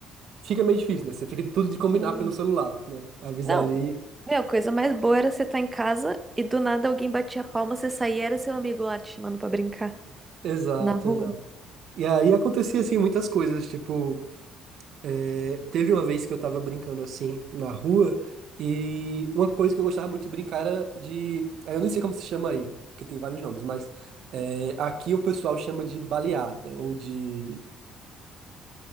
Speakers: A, on the right; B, on the right.
A: fica meio difícil, né? Você fica tudo de combinar
B: sim.
A: pelo celular, né? Avisar
B: Não,
A: ali.
B: meu, a coisa mais boa era você estar em casa e do nada alguém batia a palma, você saía e era seu amigo lá te chamando pra brincar
A: Exato,
B: na rua.
A: exato. E aí acontecia, assim, muitas coisas, tipo, eh, teve uma vez que eu tava brincando, assim, na rua, e uma coisa que eu gostava muito de brincar era de, aí eu nem sei como se chama aí, porque tem vários nomes, mas eh, aqui o pessoal chama de baleada, ou de,